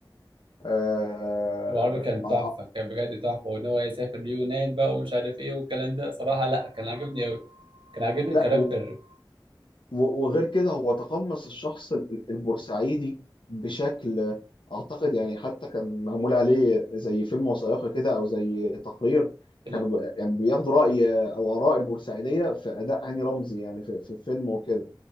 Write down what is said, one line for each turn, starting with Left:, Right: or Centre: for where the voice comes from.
Left: آه،
Right: ابو عربي كان
Left: آه،
Right: تحفة
Left: آه،
Right: كان بجد تحفة وان هو يسافر اليونان بقى ومش عارف ايه والكلام ده صراحة لا كان عاجبني اوي كان عاجبني
Left: لا
Right: الكاركتر
Left: و- وغير كده هو تقمص الشخص ال- ال- البورسعيدي بشكل اعتقد يعني حتى كان معمول عليه زي فيلم وثائقي كده او زي تقرير
Right: ال-
Left: كانوا ب- يعني بياخدوا راي او اراء البورسعيديه في اداء هاني رمزي يعني في, في الفيلم وكده